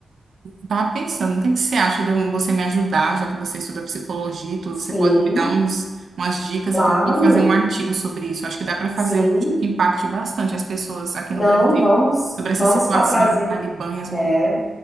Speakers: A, on the right; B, on the left.
A: Tava pensando, o que que você acha de eu- você me ajudar, já que você estuda psicologia e tudo,
B: Sim,
A: você pode me dar uns, umas dicas
B: claro,
A: e tudo, e fazer um artigo sobre isso. Acho que dá para fazer
B: sim.
A: um artigo que impacte bastante as pessoas aqui
B: Não,
A: no Brasil
B: vamos,
A: sobre
B: vamos
A: essa situação
B: fa- trazer.
A: do Talibã e as
B: É.
A: mulheres.